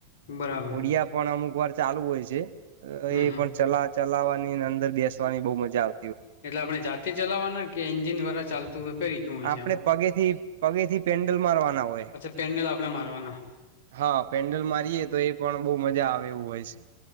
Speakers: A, on the left; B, on the right.
A: બરાબર
B: ઓડિયા પણ અમુક વાર ચાલુ હોય છે. જે
A: હમ
B: એ
A: હમ
B: પણ ચલા ચલાવવાની અને અંદર બેસવાની બહુ મજા આવ
A: એટલે આપણે જાતે ચલાવાના કે એન્જિન દ્વારા ચાલતું હોય કઈ રીતનું હોય
B: આપણે
A: છે એમાં?
B: પગેથી પગેથી પેન્ડલ મારવાના હોય
A: અચ્છા પેડલ આ આપણે મારવાના.
B: હા, પેન્ડલ મારીએે તો એ પણ બહુ મજા આવે. હોય છે.